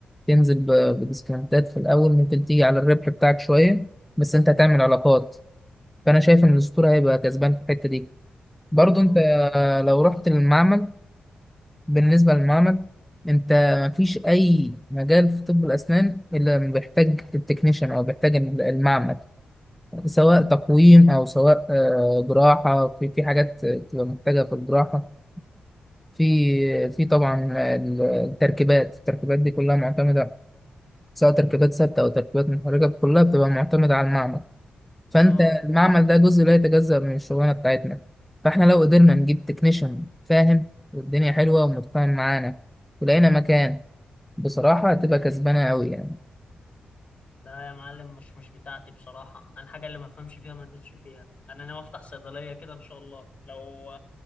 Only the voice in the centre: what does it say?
تنزل ب- بديسكاونتات في الاول ممكن تيجي على الربح بتاعك شويه بس انت هتعمل علاقات فانا شايف ان الاسطوره هيبقى كسبان في الحته دي برضو
انت لو رحت للمعمل بالنسبه للمعمل انت مفيش اي مجال في طب الاسنان الا لما بيحتاج التكنيشن او بيحتاج المعمل سواء تقويم او سواء آه، جراحه في في حاجات بتبقى محتاجه في الجراحه في في طبعا التركيبات التركيبات دي كلها معتمده سواء تركيبات ثابته او تركيبات محركه كلها بتبقى معتمده على المعمل فانت
المعمل ده جزء لا يتجزأ من الشغلانه بتاعتنا فاحنا لو قدرنا نجيب تكنيشن فاهم والدنيا حلوه ومتفاهم معانا ولقينا مكان بصراحه هتبقى كسبانه قوي يعني